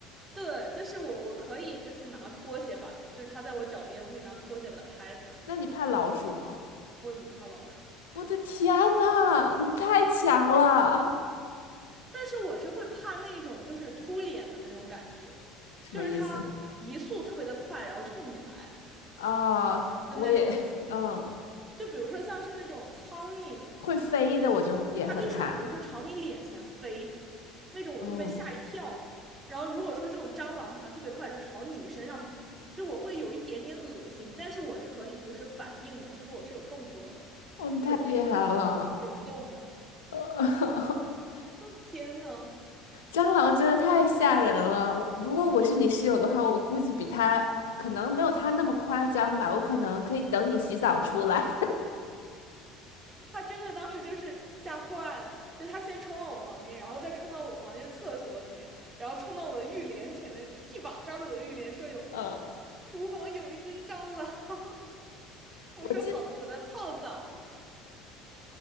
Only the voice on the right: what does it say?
对，就是我我可以就是拿拖鞋把，就是他在我脚边，我可以拿拖鞋把他拍死的那种人。
我也不怕老鼠，
但是我是会怕那种就是突脸的那种感觉，
就是它移速特别的快，然后冲你来
的那种。
就比如说像是那种苍蝇，
它就是比如说朝你脸前飞，那种我就会被吓一跳。
然后如果说这种蟑螂爬特别快，就朝你身上爬，就我会有一点点恶心，但是我是可以就是反应的，就是我是有动作的，
就是我可以行动的。
天呐，
他真的当时就是吓坏了，就他先冲到我房间，然后再冲到我房间厕所里边，然后冲到我的浴帘前面，一把抓住我的浴帘，说有
厨房有一只蟑螂。<laughs> 我说好了，
我在泡澡。